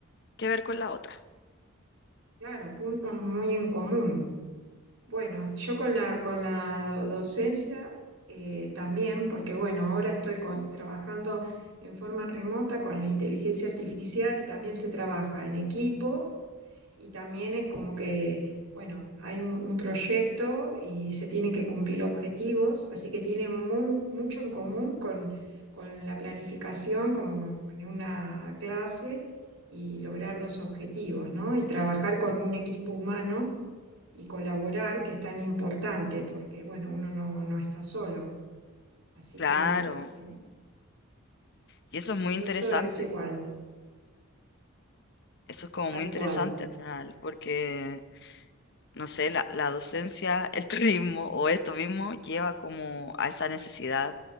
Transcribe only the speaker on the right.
claro, puntos muy en común. Bueno, yo con la, con la do- docencia eh, también, porque bueno, ahora estoy con- trabajando en forma remota con la inteligencia artificial y también se trabaja en equipo y también es como que, bueno, hay un, un proyecto y se tienen que cumplir objetivos, así que tiene muy, mucho en común con, con la planificación, como en una clase y lograr los objetivos, ¿no? Y trabajar con un equipo humano y colaborar, que es tan importante, porque bueno, uno no, no está solo. Así
que en,
en
eso es igual,
tal
cual.